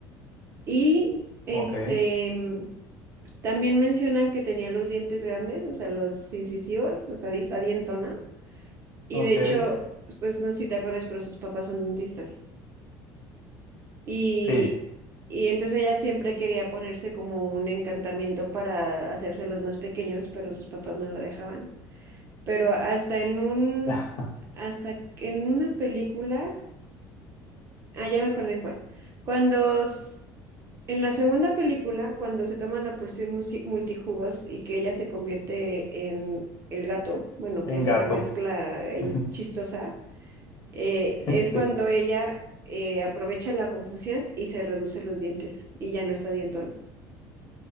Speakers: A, on the right (about 35°); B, on the left (about 45°).
A: Y este,
B: Ok.
A: mm, también mencionan que tenía los dientes grandes, o sea, los incisivos, o sea, di- está dientona. Y
B: Ok.
A: de hecho, pues no sé si te acuerdas, pero sus papás son dentistas. Y,
B: Sí.
A: y entonces ella siempre quería ponerse como un encantamiento para hacérselos más pequeños, pero sus papás no la dejaban. Pero hasta en un,
B: <laughs>
A: hasta en una película. Ah, ya me acordé en cuál. Cuando s- en la segunda película, cuando se toman la porción musi- multijugos y que ella se convierte en el gato, bueno,
B: En
A: que es
B: gato.
A: una mezcla ahí
B: <laughs>
A: chistosa, eh, es
B: Sí.
A: cuando ella eh, aprovecha la confusión y se reduce los dientes y ya no está dientona.